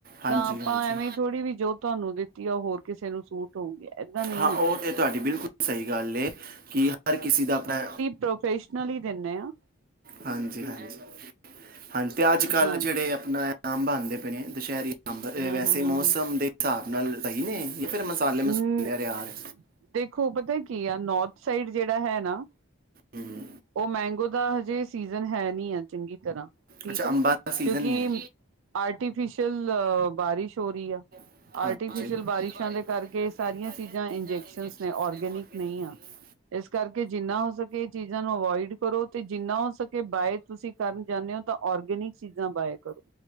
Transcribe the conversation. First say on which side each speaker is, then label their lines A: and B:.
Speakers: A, on the right (about 45°); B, on the right (about 75°).
A: ਹਾਂਜੀ
B: ਤਾਂ ਆਪਾਂ
A: ਹਾਂਜੀ
B: ਐਵੇਂ ਥੋੜੀ ਵੀ ਜੋ ਤੁਹਾਨੂੰ ਦਿੱਤੀ ਆ ਹੋਰ ਕਿਸੇ ਨੂੰ ਸੂਟ ਹੋ ਗਿਆ ਏਦਾਂ ਨਹੀਂ
A: ਹਾਂ ਉਹ
B: ਆ
A: ਤਾਂ ਤੁਹਾਡੀ ਬਿਲਕੁਲ ਸਹੀ ਗੱਲ ਏ ਕਿ ਹਰ ਕਿਸੇ ਦਾ ਆਪਣਾ
B: ਪ੍ਰੋਫੈਸ਼ਨਲ ਹੀ ਦਿੰਦੇ ਹਾਂ।
A: ਹਾਂਜੀ ਹਾਂਜੀ ਹਾਂਜੀ ਤੇ ਅੱਜ ਕੱਲ
B: ਹਾਂਜੀ
A: ਜਿਹੜੇ ਆਪਣਾ ਆਮ ਬਣਦੇ ਪਏ ਨੇ ਦੁਸਹਿਰੀ। ਅੰਬ
B: ਹੂੰ
A: ਵੈਸੇ
B: ਹੂੰ ਹੂੰ
A: ਮੌਸਮ
B: ਹੂੰ
A: ਦੇ ਹਿਸਾਬ ਨਾਲ ਸਹੀ ਨੇ ਫੇਿਰ ਮਸਾਲੇ ਮਸੂਿਆ
B: ਹੂੰ
A: ਰਿਿਆਰ।
B: ਦੇਖੋ ਪਤਾ ਕੀ ਆ ਨੌਰਥ ਸਾਈਡ ਜਿਹੜਾ ਹੈ ਨਾ।
A: ਹੂੰ
B: ਉਹ ਮੈਂਗੋ ਦਾ ਹਜੇ ਸੀਜਨ ਹੈ ਨਹੀਂੀ ਆ ਚੰਗੀ ਤਰ੍ਹਾਂ ਠੀਕ
A: ਅੱਛਾ
B: ਆ
A: ਅੰਬਾਂ ਦਾ ਸੀਜ਼ਨ
B: ਕਿਉਂਕਿ।
A: ਨਹੀਂ ਹੈ
B: ਆਰਟੀਫਿਸ਼ਲ ਬਾਰਿਸ਼ ਹੋ ਰਹੀ ਆ।
A: ਸ਼ਲਵਾਰੀ
B: ਆਰਟੀਫਿਸ਼ਲ ਬਾਰਿਸ਼ਾਂ ਦੇ
A: ਖ ਕਰਕੇ ਸਾਰੀਆਂ
B: ਚੀਜ਼ਾਂ ਇੰਜੈਕਸ਼ਨ
A: ਚੀਜਾਂ ਇੰਜੇਕਸ਼ਨ
B: ਔਰਗੈਨਿਕ
A: ਨੇ ਓਰਗੇਨਿਕ
B: ਨਹੀਂ ਆ
A: ਨਈ ਏ।
B: ਇਸ ਕਰਕੇ ਜਿੰਨਾ ਹੋ ਸਕੇ ਚੀਜ਼ਾਂ ਨੂੰ ਅਵੋਇਡ ਕਰੋ ਤੇ ਜਿੰਨਾ ਹੋ ਸ ਕਿ ਬਾਏ ਤੁਸੀਂ ਕਰਨ ਜਾਂਦੇ ਹੋ ਤਾਂ ਔਰਗੈਨਿਕ ਚੀਜ਼ਾਂ ਬਾਏ ਕਰੋ।